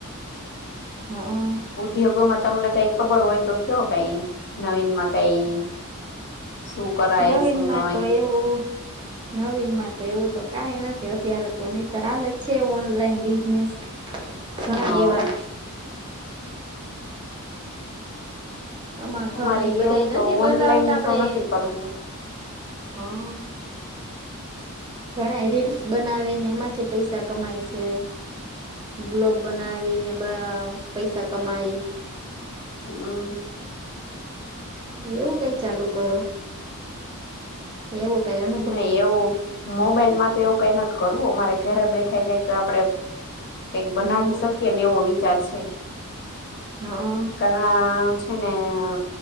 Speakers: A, on the right (about 20°); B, on the left (about 50°).
A: હા.
B: ઉધોગોમાં તમને કઈ ખબર હોય તો, કયો કઈ નવીન માં કઈ? શું? કરાય
A: નવીન
B: શું
A: માં
B: નહી
A: તો એવું નવીન માં તો એવું તો કાંઈ નથી અત્યારે તો નીતર હાલે જ છે ઓનલાઈન બિઝનેસ ઘણા
B: હા
A: એવા અમાં ઘણાંય
B: અમારે
A: બધાય
B: એવું
A: નથી
B: તો
A: બનાવતા
B: ઓનલાઈન
A: આપડે
B: તો નથી કરવું
A: હાં ઘણાય રીલ્સ બનાવીને એમાંથી પૈસા કમાય છે. બ્લોગ બનાવી ને બ પૈસા કમાઈ
B: હમ્મ
A: એવું કંઈ ચાલુ કરો એવું કાંઇ <unintelligible>
B: નઈ એવું મોબાઈલમાં તો એવું કાંઈ નથી કરવું અમારે ઘરે બેઠાય કાંઈક આપડે કકઈક બનાવી
A: હા
B: શકીએ ને એવો વિચાર છે.
A: હં
B: પર હા છે ને અ